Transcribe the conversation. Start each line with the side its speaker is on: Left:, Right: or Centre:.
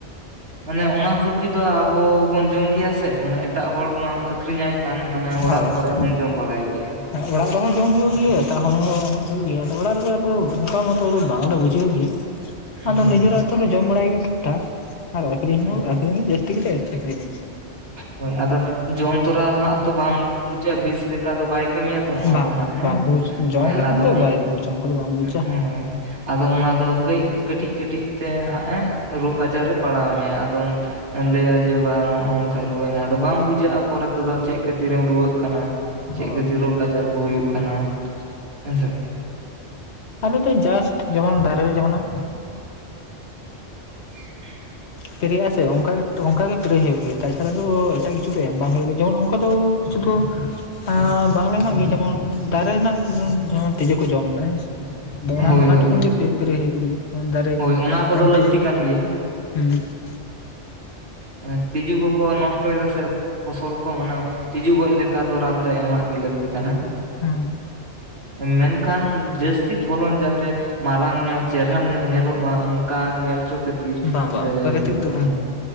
Right: ᱢᱟᱱᱮ ᱚᱱᱟ ᱥᱚᱵᱽᱡᱤ ᱫᱚ ᱟᱵᱚ ᱵᱚᱱ ᱡᱚᱢ ᱜᱮᱭᱟ ᱥᱮ ᱢᱟᱱᱮ ᱮᱴᱟᱜ ᱦᱚᱲ ᱢᱟᱢ ᱟᱠᱷᱤᱨᱤᱧ ᱟᱭ ᱠᱷᱟᱱ ᱢᱟᱱᱮ ᱚᱲᱟᱜ
Left: ᱦᱳᱭ
Right: ᱠᱚᱨᱮ
Left: ᱦᱳᱭ
Right: ᱦᱚᱢ ᱡᱚᱢ ᱵᱟᱲᱟᱭ ᱜᱮᱭᱟ᱾
Left: ᱚᱲᱟᱜ ᱨᱮᱦᱚᱸ ᱡᱚᱢ ᱦᱩᱭᱩᱜ ᱜᱮᱭᱟ ᱮᱴᱟᱜ ᱦᱚᱲ ᱦᱚᱸ ᱮᱢᱚᱜ ᱦᱩᱭᱩᱜ ᱜᱮᱭᱟ, ᱟᱫᱚ ᱚᱲᱟᱜ ᱨᱮᱫᱚ ᱟᱫᱚ ᱚᱱᱠᱟ ᱢᱟᱛᱚ ᱵᱟᱝ ᱞᱮ ᱵᱩᱡᱷᱟᱹᱣ ᱜᱤ᱾
Right: <inaudible>
Left: ᱟᱫᱚ
Right: ᱦᱮᱸ
Left: ᱱᱤᱡᱮᱨ ᱟᱹᱛᱩ ᱨᱮ ᱡᱚᱢ ᱵᱟᱲᱟᱭ ᱜᱮ ᱴᱷᱤᱠᱴᱷᱟᱠ ᱟᱨ ᱟᱹᱠᱷᱨᱤᱧ
Right: ᱦᱮᱸ
Left: ᱦᱚᱸ ᱟᱹᱠᱷᱨᱤᱧ ᱜᱮ ᱡᱟ. ᱛᱤ ᱠᱟᱛᱮᱜ ᱟᱹᱠᱷᱨᱤᱧ᱾
Right: ᱦᱚᱭ ᱟᱫᱚ ᱡᱚᱢ ᱛᱚᱨᱟ ᱦᱟᱸᱜ ᱛᱚ ᱵᱟᱢ ᱵᱩᱡᱟ ᱵᱤᱥ ᱞᱮᱠᱟ ᱫᱚ ᱵᱟᱭ ᱠᱟᱹᱢᱤᱭᱟ ᱛᱚ ᱚᱱᱟ
Left: ᱵᱟᱝ
Right: ᱫᱚ ᱦᱟᱸᱜ, ᱦᱮᱸ
Left: ᱵᱟᱝ ᱵᱩᱡᱽ ᱡᱚᱢ ᱞᱮᱠᱷᱟᱱ
Right: ᱟᱫᱚ
Left: ᱛᱚ ᱵᱟᱭ ᱵᱩᱡᱟ ᱚᱱᱠᱟ ᱫᱚ ᱵᱟᱢ ᱵᱩᱡᱟ
Right: ᱦᱚᱭ ᱟᱫᱚ ᱚᱱᱟ ᱫᱚ ᱠᱟᱹᱡ ᱠᱟᱹᱴᱤᱡ ᱠᱟᱹᱴᱤᱡ ᱛᱮ ᱦᱟᱸᱜ ᱮ ᱨᱳᱜᱽ ᱟᱡᱟᱨ ᱮ ᱯᱟᱲᱟᱣ ᱢᱮᱭᱟ ᱟᱫᱚᱢ ᱞᱟᱹᱭᱟ ᱡᱮ ᱵᱟᱝ ᱱᱚᱜᱼᱚ ᱱᱚᱝ ᱠᱟᱭ ᱨᱩᱣᱟᱹᱭᱮᱱᱟ, ᱟᱫᱚ ᱵᱟᱝ ᱵᱩᱡᱷᱟᱹᱜᱼᱟ ᱯᱚᱨᱮ ᱛᱮᱫᱚ ᱪᱮᱫ ᱠᱷᱟᱹᱛᱤᱨᱮᱢ ᱨᱩᱣᱟᱹᱜ ᱠᱟᱱᱟ᱾ ᱪᱮᱫ
Left: ᱦᱳᱭ
Right: ᱠᱷᱟᱹᱛᱤᱨ ᱨᱳᱜᱽ ᱟᱡᱟᱨ ᱠᱚ ᱦᱩᱭᱩᱜ ᱠᱟᱱᱟ ᱦᱮᱸᱥᱮ᱾
Left: ᱟᱞᱩ ᱫᱚ ᱡᱟᱥᱴ ᱡᱮᱢᱚᱱ ᱫᱟᱨᱮ ᱨᱮ ᱡᱮᱢᱚᱱᱮᱢ
Right: <inaudible>
Left: ᱯᱮᱨᱮᱭᱟᱜ ᱟᱥᱮ ᱚᱝᱠᱟ ᱚᱝᱠᱟ ᱜᱮ ᱯᱮᱨᱮ ᱦᱩᱭᱩᱜ ᱜᱮᱭᱟ, ᱛᱟ ᱪᱷᱟᱲᱟ ᱫᱚ ᱮᱴᱟᱜ ᱠᱤᱪᱷᱩ ᱫᱚ ᱮᱢ ᱵᱟᱝ ᱦᱩᱭᱩᱜ ᱜᱮᱭᱟ ᱡᱮᱢᱚᱱ ᱚᱱᱠᱟ ᱫᱚ᱾ ᱠᱤᱪᱷᱩ ᱫᱚ ᱟᱸ ᱵᱟᱝ ᱞᱮ ᱮᱢᱟᱜ ᱜᱮᱭᱟ ᱡᱮᱢᱚᱱ ᱫᱟᱨᱮ ᱨᱮᱱᱟᱜ ᱡᱮᱢᱚᱱ ᱛᱤᱡᱩ ᱠᱚ ᱡᱚᱢ ᱮᱫᱟ ᱦᱮᱸ ᱥᱮ, ᱟᱫᱚ ᱚᱱᱟ
Right: ᱦᱳᱭ
Left: ᱚᱱᱟ
Right: ᱦᱳᱭ
Left: ᱴᱩᱠᱩᱱ ᱜᱮ ᱯᱮ ᱯᱮᱨᱮ ᱦᱩᱭᱩᱜ ᱜᱮ᱾ ᱫᱟᱨᱮ
Right: ᱦᱳᱭ ᱚᱱᱟ
Left: ᱡᱟᱸᱦᱟᱸ ᱛᱤᱡᱩ
Right: ᱜᱮᱭᱟ,
Left: <inaudible>
Right: ᱦᱮᱸ ᱛᱤᱡᱩ ᱠᱚᱠᱚ ᱱᱚᱥᱴᱚ ᱭᱮᱫᱟ ᱥᱮ᱾ ᱯᱷᱚᱥᱚᱞ ᱠᱚ ᱢᱟᱱᱮ ᱛᱤᱡᱩ ᱠᱚ ᱜᱚᱡ ᱞᱮᱠᱟ ᱫᱚ ᱨᱟᱱ ᱫᱚ ᱮᱢᱟᱜ ᱜᱮ ᱞᱟᱹᱠᱛᱤ ᱠᱟᱱᱟ᱾
Left: ᱦᱮᱸ᱾
Right: ᱢᱮᱱᱠᱷᱟᱱ ᱡᱟᱹᱥᱛᱤ ᱯᱷᱚᱞᱚᱱ ᱡᱟᱛᱮ ᱢᱟᱨᱟᱝ ᱧᱚᱜ ᱪᱮᱨᱦᱟᱱ ᱧᱚᱜ ᱧᱮᱞᱚᱜ ᱢᱟ, ᱚᱱᱠᱟᱱ ᱧᱮᱞ ᱪᱚ ᱠᱷᱟᱹᱛᱤᱨ
Left: ᱵᱟᱝ ᱵᱟᱝ
Right: ᱥᱮ
Left: ᱚᱱᱠᱟ ᱠᱟᱛᱮᱫ ᱫᱚ
Right: ᱦᱮᱸ᱾